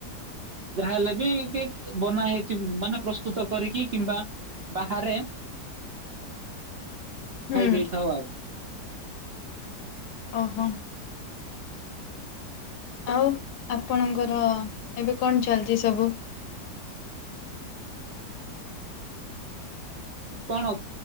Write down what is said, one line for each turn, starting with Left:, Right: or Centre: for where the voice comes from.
Right: ଯାହାହେଲେ ବି ଟିକେ ବନା ହେଇଥି ମାନେ ପ୍ରସ୍ତୁତ କରିକି କିମ୍ବା ବାହାରେ
Left: ହୁଁ
Right: ଖାଇ ଦେଇଥାଉ ଆଉ
Left: ଅହୋ। ଆଉ ଆପଣଙ୍କର ଏବେ କଣ ଚାଲିଛି ସବୁ?
Right: କଣ